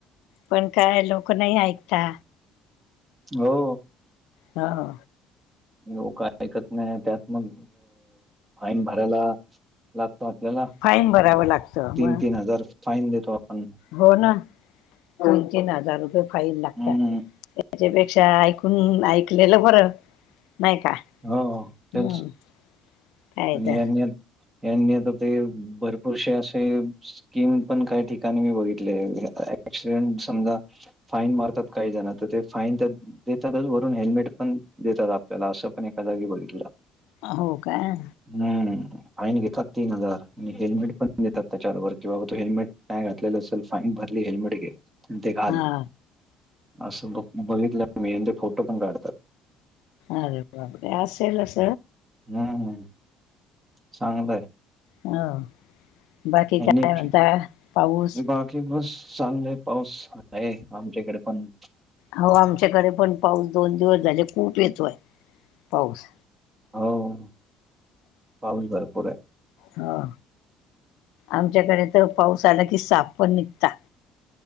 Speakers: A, on the left; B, on the right.
A: पण काय लोक नाही ऐकता.
B: हो
A: हो
B: लोक ऐकत नाही अन् त्यात मग फाईन भरायला लागतो आपल्याला
A: फाईन भरावं लागतं
B: तीन
A: मग
B: तीन हजार फाईन देतो आपण.
A: हो ना तीन तीन हजार रुपये फाईन लागतात.
B: हम्म.
A: त्याच्यापेक्षा ऐकून ऐकलेलं बर नाही का.
B: हो हो तेच.
A: हम्म काय
B: आणि
A: तर
B: <unintelligible> यांनी आता ते भरपूरसे असे स्कीम पण काही ठिकाणी मी बघितले ऑक्सिडेंट समजा फाईन मारतात काही जण तर ते फाईन त देतातच वरून हेल्मेट पण देतात आपल्याला असं पण एका जागी बघितलं.
A: हो काय
B: हम्म फाईन घेतात तीन हजार आणि हेल्मेट पण देतात त्याच्यारोबर कि बाबा तू हेल्मेट नाय घातलेला असल फाईन भरली हेल्मेट घे. ते घाल
A: हा
B: असं बघ बघितलं मी यांचे फोटो पण काढतात.
A: अरे बापरे असेल अस
B: हम्म, चांगलंय
A: हो, बाकी
B: यांनी
A: काय म्हताय पाऊस
B: बाकी बस चाललय पाऊस आहे आमच्याइकडे पण
A: हो आमच्याकडे पण पाऊस दोन दिवस झाले खूप येतोय पाऊस.
B: होव, पाऊस भरपूरय
A: हो आमच्याकडे तर पाऊस आला की साप पण निघता.